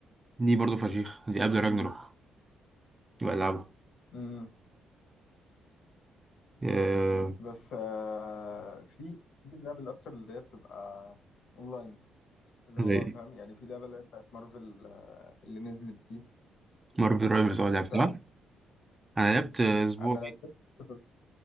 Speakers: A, on the right (about 20°); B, on the left (about 70°).
A: دي برضه فشيخ دي قبل راجناروك بلعبها
B: امم
A: آه
B: بس آه في بحب اللعب الأكتر اللي هي بتبقى أونلاين اللي هو
A: زي
B: فاهم يعني في لعبة اللي هي بتاعت مارفل آه، اللي نزلت دي
A: مارفل رايفلز اه
B: شفتها؟
A: لعبتها انا لعبت اسبوع
B: أنا ما لعبتهاش كنت-